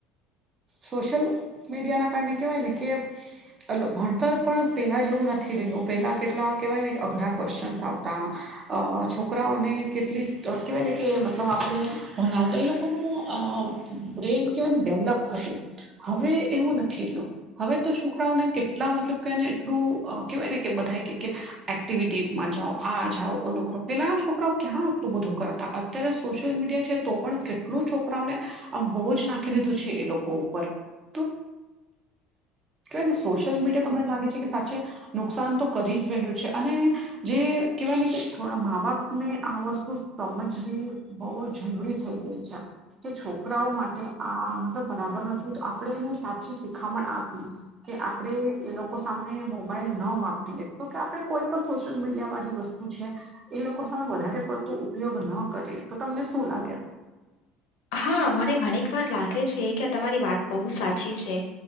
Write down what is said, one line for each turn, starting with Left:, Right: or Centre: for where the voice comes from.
Right: સોશિયલ મીડિયાના કારણે કહેવાય ને કે અલો ભણતર પણ પહેલાં જેવું નથી રહ્યું પહેલાં કેટલા કહેવાય ને એક અઘરા ક્વેશ્ચનસ આવતા અ છોકરાઓને કેટલી કહેવાય ને કે મતલબ આપણે ભણાવતા એ લોકોનું અ બ્રેન કેવાય ડેવલપ હતું હવે એવું નથી રહ્યું હવે તો છોકરાઓને કેટલા મતલબ કેવાય ને એટલું કેહેવાય ને કે બધા કે એક્ટિવિટીઝ માં જાઓ આ જાઓ ઓ નકરો પેલા આ છોકરાઓ ક્યાં આપતું બધું કર તો અંતર્યરે સોશિલ મીડિયા છે તો પણ કેટલું છોકરાઓને આમ બહુ જ નાખી દીધું છે એ લોકો ઉપર તો
Left: હ
Right: કેવાય ને સોશિયલ મીડિયા તો મને લાગે છે કે સાચે નુકસાન તો કરી જ રહ્યું છે અને જે કહેવાય ને કે થોડા મા બાપને આ વસ્તુ સમજવી બહુ જરૂરી થઈ ગઈ છે કે છોકરાઓ માટે આ મતલબ બરાબર નથી તો આપણે એને સાચી શીખામણ આપીએ કે આપણેે એ લોકો સામે મોબાઈલ ના વાપતી લે તો કે આપડે કોઈ પણ સોશિયલ મીડિયા વાળી વસ્તુ છે એ લોકો સામે વધારે પડતું ઉપયોગ ન કરી તો તમને શું લાગે
Left: હા મને ઘણીક વાર લાગે છે કે તમારી વાત બહુ સાચી છે